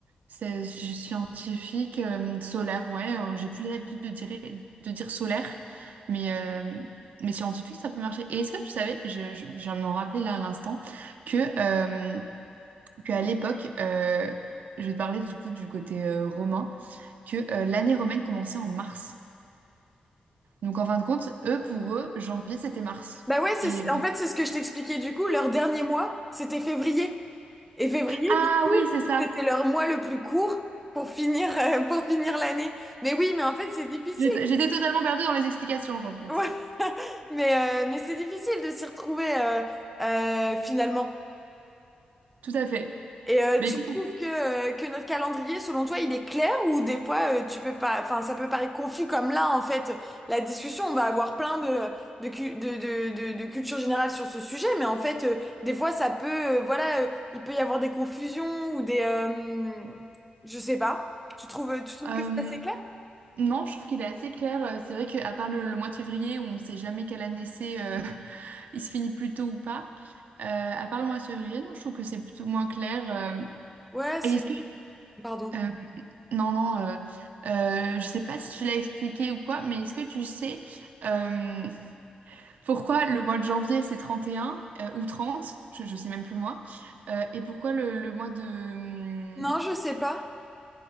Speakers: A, on the right; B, in the centre.
A: C'est scientifique, euh, solaire, ouais. euh, j'ai plus l'habitude de dire, de dire solaire, mais, euh, mais scientifique, ça peut marcher. Et est-ce que tu savais, je, je, je viens de m'en rappeler là à l'instant, que, euh, qu'à l'époque, euh, je vais te parler du coup du côté euh, romain, que euh, l'année romaine commençait en mars. Donc en fin de compte, eux, pour eux, janvier, c'était mars.
B: Bah ouais, c'est
A: Et...
B: en fait c'est ce que je t'expliquais du coup, leur dernier mois, c'était février. Et février
A: Ah
B: du coup,
A: oui, c'est ça.
B: c'était leur mois le plus court pour finir euh, pour finir l'année. Mais oui, mais en fait, c'est difficile.
A: J'étais j'étais totalement perdue dans les explications, en fin de compte.
B: Ouais. <laughs> Mais euh, mais c'est difficile de s'y retrouver euh, euh, finalement.
A: Tout à fait.
B: Et euh,
A: Mais
B: tu
A: écoute,
B: trouves que, euh, que notre calendrier, selon toi, il est clair ou des fois euh, tu peux pas, enfin ça peut paraître confus comme là en fait. La discussion, on va avoir plein de de cu- de de, de, de culture générale sur ce sujet, mais en fait euh, des fois ça peut, euh, voilà, euh, il peut y avoir des confusions ou des, euh, je sais pas. Tu trouves, tu trouves
A: euh,
B: que c'est assez clair?
A: non, je trouve qu'il est assez clair. Euh, C'est vrai qu'à part le, le mois de février, où on ne sait jamais quelle année c'est, euh, <laughs> il se finit plus tôt ou pas, euh, à part le mois de février, non, je trouve que c'est plutôt moins clair. euh.
B: Ouais, c'est,
A: Et est-ce que...
B: pardon.
A: euh, non, non, euh, euh, je sais pas si tu l'as expliqué ou quoi, mais est-ce que tu sais... euh, Pourquoi le mois de janvier c'est 31 euh, ou 30 je, je sais même plus moi, euh, et pourquoi le, le mois de... hum,
B: Non, je sais pas.